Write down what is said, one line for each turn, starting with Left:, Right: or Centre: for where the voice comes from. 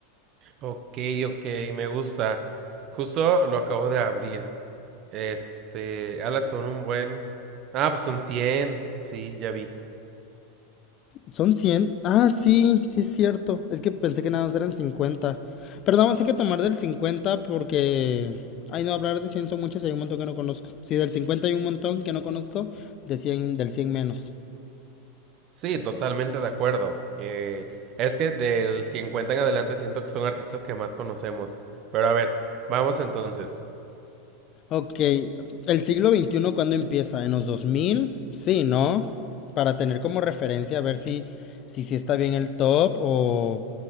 Right: Ok, ok, me gusta. Justo lo acabo de abrir. Este, alas son un buen. Ah, pues son cien, Sí, ya vi.
Left: ¿Son cien Ah, sí, sí es cierto. Es que pensé que nada más eran 50. Pero nada más hay que tomar del 50 porque... Ay, no, hablar de 100 son muchos y hay un montón que no conozco. Sí, del 50 hay un montón que no conozco, de cien del cien menos.
Right: Sí, totalmente de acuerdo. Eh, es que del 50 en adelante siento que son artistas que más conocemos. Pero a ver, vamos entonces.
Left: Ok, ¿el siglo veintiuno cuándo empieza? ¿En los dos mil Sí, ¿no? Para tener como referencia a ver si, si, si está bien el top o,